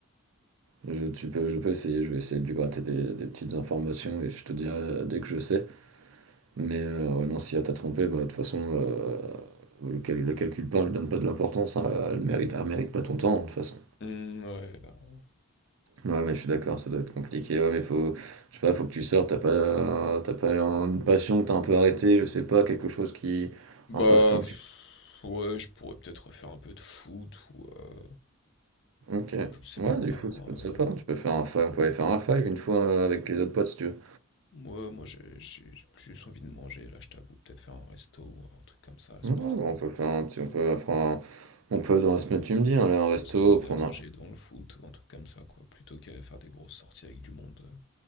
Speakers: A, on the right; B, on the left.
A: Je, tu peux, je peux essayer, je vais essayer de lui gratter des, des petites informations et je te dirai euh, dès que je sais. Mais euh, ouais, non, si elle t'a trompé, bah, de toute façon, euh, le, cal- le calcul pas, elle donne pas de l'importance, hein, elle mérite, elle mérite pas ton temps, hein, de toute façon.
B: Mmh, ouais, bah, ouais.
A: Ouais, mais je suis d'accord, ça doit être compliqué. Ouais, mais faut, je sais pas, faut que tu sortes, t'as pas, t'as pas une passion que t'as un peu arrêtée, je sais pas, quelque chose qui,
B: Bah,
A: un passe-temps que tu.
B: ouais, je pourrais peut-être refaire un peu de foot ou, heu,
A: Ok.
B: je sais
A: Ouais,
B: même
A: du
B: pas,
A: foot,
B: hein,
A: ça peut être
B: euh.
A: sympa. hein. Tu peux faire un five, on peut aller faire un five une fois euh, avec les autres potes si tu veux.
B: Moi, moi, j'ai j'ai- plus envie de manger, là, je t'avoue. Peut-être faire un resto ou un truc comme ça, ça
A: Ouais, bah,
B: peut être cool.
A: on peut faire un petit, on peut prendre, un- on peut dans la semaine, tu me dis, aller à un
B: Ou
A: resto,
B: alors se commander
A: prendre
B: à manger devant le foot ou un truc comme ça, quoi. Plutôt qu'à faire des grosses sorties avec du monde. euh.